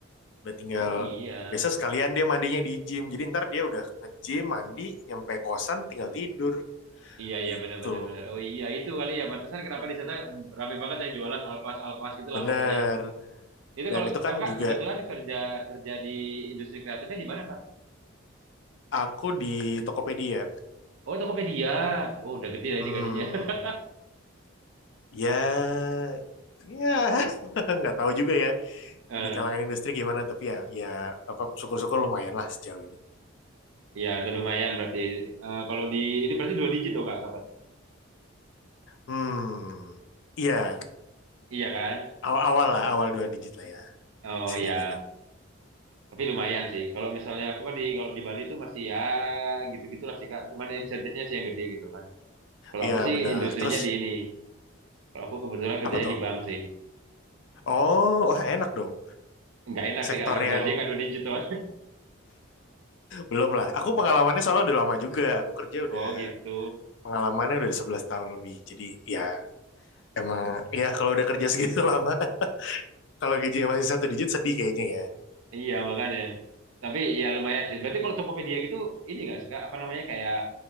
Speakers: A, on the left; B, on the right.
A: Udah tinggal
B: Oh iya.
A: biasa sekalian dia mandinya di gym. Jadi ntar dia udah nge-gym, mandi, nyampe kosan tinggal tidur
B: Iya iya
A: gitu.
B: benar benar benar. Oh iya itu kali ya. Pantesan kenapa di sana rame banget yang jualan al class al class gitu lah
A: Bener.
B: pokoknya. Itu
A: Dan
B: kalau
A: itu
B: kakak
A: kan juga
B: kebetulan kerja kerja di industri kreatifnya di mana kak?
A: aku di Tokopedia.
B: Oh Tokopedia. Oh udah gede lah
A: Hmm.
B: ini gajinya. <laughs>
A: Ya, ya <laughs> nggak tahu juga ya
B: Eh,
A: di kalangan industri gimana, tapi ya, ya apa syukur-syukur lumayan lah sejauh ini.
B: Iya udah lumayan berarti. Eh, kalau di ini berarti dua digit dong kak dapat.
A: Hmm, iya
B: Iya kan?
A: awal-awal lah, awal dua digit lah ya,
B: Oh
A: bisa
B: iya.
A: dibilang.
B: Tapi lumayan sih. Kalau misalnya aku kan di kalau di Bali itu masih ya gitu-gitulah sih kak. Cuman insentifnya sih yang gede gitu kan. Kalau
A: Iya
B: aku sih
A: bener.
B: industrinya
A: Terus
B: di ini. Kalau aku kebetulan kerjanya
A: apa tuh?
B: di bank sih.
A: Oh, wah enak dong.
B: Nggak enak
A: Sektor
B: sih kak orang
A: yang
B: gajinya nggak dua digit tuh. <laughs>
A: belum lah. Aku pengalamannya soalnya udah lama juga. Aku kerja udah
B: Oh gitu.
A: pengalamannya udah 11 tahun lebih. Jadi ya emang ya kalau udah kerja segitu lama, <laughs> kalau gajinya masih satu digit sedih kayaknya ya.
B: Iya makanya. Tapi ya lumayan sih. Berarti kalau Tokopedia gitu ini nggak suka apa namanya kayak